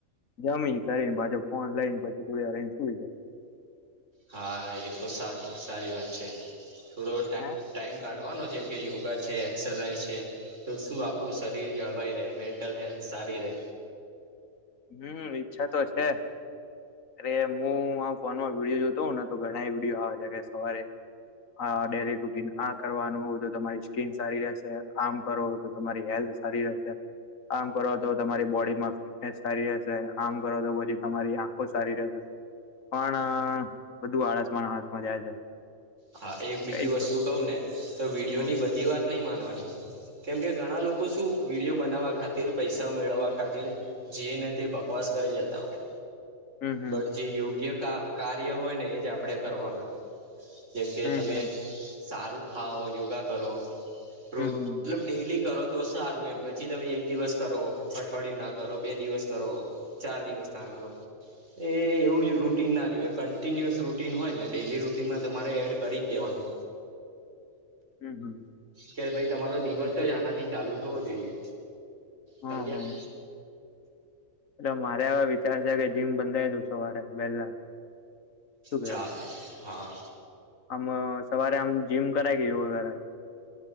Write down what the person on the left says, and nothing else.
જમી કરીન, પાછો ફોન લઈન પછી થોડી વાર રઈન સૂઈ જઉ.
હે
હમ, ઈચ્છા તો છે. અરે, મુ આ ફોનમાં વિડીયો જોતો હોઉ ને તો ઘણાય વિડીયો આવે છે કે, સવારે આ ડેલી રૂટીન આ કરવાનું હો તો તમારી સ્કીન સારી રહેશે, આમ કરો તો તમારી હેલ્થ સારી રહેશે, આમ કરો તો તમારી બોડીમાં ફ્રી ભેસ સારી રેશે. આમ કરો તો પછી તમારી આંખો સારી રહેશે. પણ આ બધું આળસમાં ન આળસમાં જાય છે.
કઈ
જ કરો.
હમ
હમ
હમ
હમ
હમ
હમ
હમ, હમ.
હમ
હમ એટલે મારે અવે વિચાર છે કે, જીમ બંધાઈ દઉ સવારે વહેલા. શું
કેવું
આમ સવારે આમ જીમ કરાય કે યોગા કરાય?